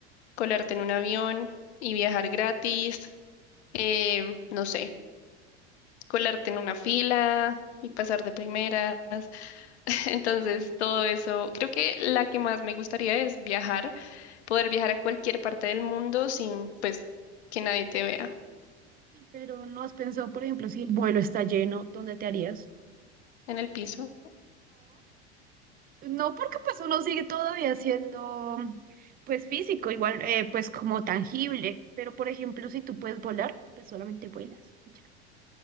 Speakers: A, on the left; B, on the right.
A: colarte en un avión y viajar gratis. eh, no sé, colarte en una fila y pasar de primera. <laughs> Entonces, todo eso, creo que la que más me gustaría es viajar, poder viajar a cualquier parte del mundo sin, pues, que nadie te vea
B: Uy, Pero no has pensado, por ejemplo, si el vuelo está lleno, ¿dónde te harías?
A: en el piso.
B: No, porque pues uno sigue todavía siendo pues físico, igual eh, pues como tangible, pero por ejemplo si tú puedes volar, pues solamente vuelas y ya,